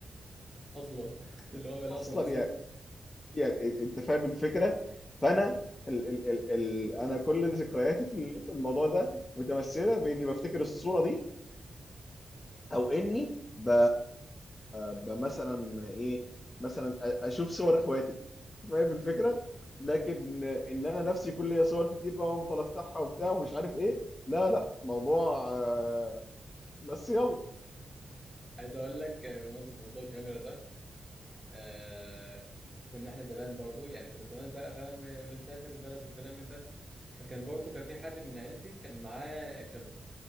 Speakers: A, in the centre; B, on the left (about 35°).
A: <laughs> اصلا اللي هو بقى
B: اصلا
A: اصلا بالصدفة
B: يعني, يعني انت فاهم الفكره فانا ال ال ال ال انا كل ذكرياتي في ال- في الموضوع ده متمثله باني بفتكر الصوره دي او اني ب... ب مثلا ايه مثلا أ- اشوف صور اخواتي فاهم الفكره لكن ان انا نفسي يكون ليا صور كتير بقى وافضل افتحها وبتاع ومش عارف ايه لا لا موضوع آه، بس يلا
A: عايز اقول لك بمناسبة موضوع الكاميرا ده آه كنا احنا زمان برضو يعني كنا زمان بقى فاهم بنسافر البلد وكلام من ده فكان برضو كان في حد من عيلتي كان معاه كاميرا